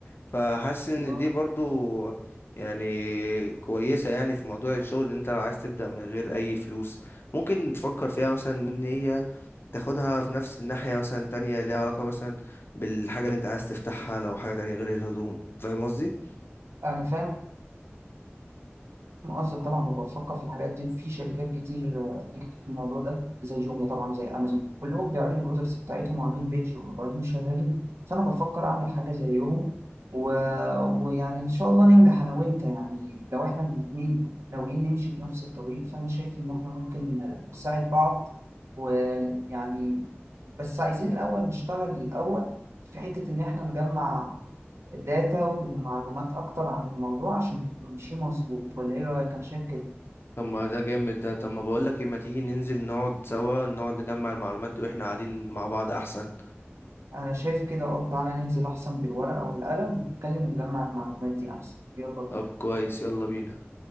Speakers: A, on the left; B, on the right.
A: فحاسس ان
B: اه
A: دي برضو يعني كويسة يعني في موضوع الشغل ان انت لو عايز تبدأ من غير اي فلوس ممكن تفكر فيها مثلا ان هي تاخدها في نفس الناحية مثلا تانية ليها علاقة مثلا بالحاجة اللي انت عايز تفتحها لو حاجة تانية غير الهدوم فاهم قصدي؟
B: انا فاهم قصدك طبعا وبفكر في الحاجات دي في شركات كتير آه، نجحت في الموضوع ده زي جوميا طبعا وزي امازون كلهم بيعرضوا البرودكتس بتاعتهم وعاملين بيدج وموبايلهم شغالين فانا بفكر اعمل حاجه زيهم و... ويعني ان شاء الله ننجح انا وانت يعني لو احنا الاثنين ناويين نمشي في نفس الطريق فانا شايف ان احنا ممكن نساعد بعض ويعني بس عايزين الاول نشتغل الاول في حته ان احنا نجمع داتا ومعلومات أكتر عن الموضوع عشان نمشي مظبوط ولا إيه رأيك؟ أنا شايف كده
A: طب ما ده جامد ده طب ما بقولك ايه ما تيجي ننزل نقعد سوا نقعد نجمع المعلومات دي واحنا قاعدين مع بعض احسن
B: أنا شايف كده أه تعالى ننزل أحسن بالورقة والقلم ونتكلم ونجمع المعلومات دي أحسن يلا بينا
A: طب كويس يلا بينا